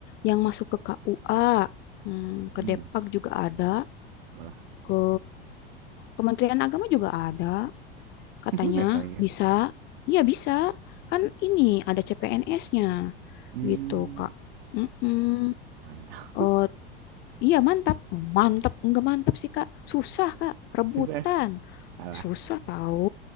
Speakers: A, on the left; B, on the right.
A: yang masuk ke KUA, hmm,
B: mm.
A: ke Depak juga ada,
B: Malah
A: ke Kementerian Agama juga ada. Katanya
B: <laughs> levelnya.
A: bisa, iya bisa. Kan ini ada CPNS-nya
B: Hmm,
A: gitu, Kak. Mm-mm.
B: mantap.
A: Eh, iya mantap, mantap, enggak mantap sih, Kak. Susah, Kak, rebutan.
B: <laughs> Susah. Salah.
A: Susah tahu.